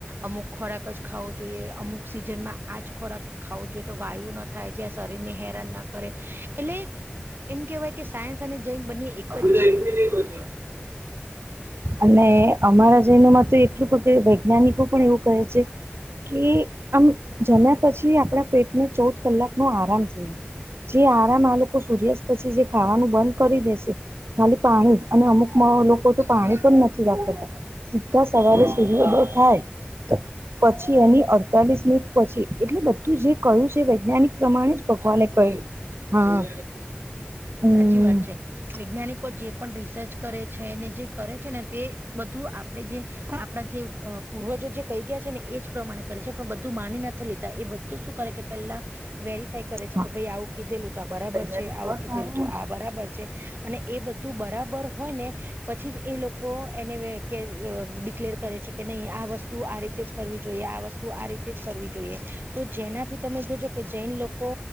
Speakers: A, on the right (about 60°); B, on the right (about 85°).
A: અમુક ખોરાક જ ખાવો જોઈએ, અમુક સિઝનમાં આજ ખોરાક ખાવો જોઈએ, તો વાયુ ના થાય જે શરીરને હેરાન ના કરે. એટલે એમ કહેવાય કે સાયન્સ અને જૈન બંને એક
B: બધા
A: જ છે
B: એકી નઈ બચો. અને અમારા જૈનોમાં તો એટલું પગ વૈજ્ઞાનિકો પણ એવું કહે છે કે આમ જમ્યા પછી આપણા પેટને ચૌદ કલાક નો આરામ જોઈએ. જે આરામ આ લોકો સૂર્યાસ્ત પછી જે ખાવાનું બંધ કરી દે છે. ખાલી પાણી જ અને અમુક લોકો તો પાણી પણ નથી વાપરતા. સીધા સવારે સૂર્યોદય થાય પછી એની અડતાલીસ મિનિટ પછી એટલે બધું જે કહ્યું છે વૈજ્ઞાનિક પ્રમાણે જ ભગવાને કહ્યું. હા. હમ
A: સાચી વાત છે. વૈજ્ઞાનિકો જે પણ રિસર્ચ કરે છેને જે કરે છે ને તે બધું આપ ડે જે આપણા જે પૂર્વજો જે કહી ગયા છે ને એજ પ્રમાણે કરે છે. પણ બધું માની નથી લેતા. એ બધું શું કરે કે પેલા વેરી ફાઇ કરે છે
B: હા
A: કે ભાઈ આવું કીધેલું તો આ બરાબર
B: તૈયારી
A: છે, આવું
B: કર
A: કીધેલું
B: તારે
A: તો આ બરાબર છે અને એ બધું બરાબર હોય ને પછી જ એ લોકો એને અ ડિકલેર કરે છે. કે નહી આ વસ્તુ આ રીતે જ કરવી જોઈએ, આ વસ્તુ આ રીતે તે જ કરવી જોઈએ. તો જેનાથી તમે જોજો કે જૈન લોકો